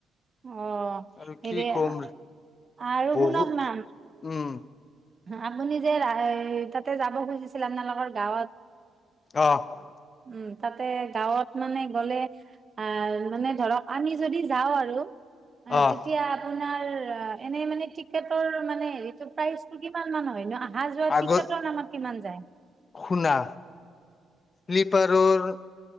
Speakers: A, on the right; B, on the left.
A: অ',
B: আৰু কি
A: হেৰিয়ে,
B: ক'ম
A: আৰু
B: বহুত
A: শুনক না
B: উম'।
A: আপুনি যে, ৰা, তাতে যাব খুজিছিলে, আপোনালোকৰ গাঁৱত।
B: অ'।
A: উম', তাতে গাঁৱত মানে গ'লে আ', মানে ধৰক, আমি যদি যাওঁ আৰু অ',
B: আহ
A: তেতিয়া আপোনাৰ এনে মানে টিকটৰ মানে হেৰিটো প্ৰাইচটো কিমান মান হয় ন'? অহা যোৱা
B: আগত
A: টিকেটৰ নামত কিমান যায়?
B: শুনা। শ্লিপাৰৰ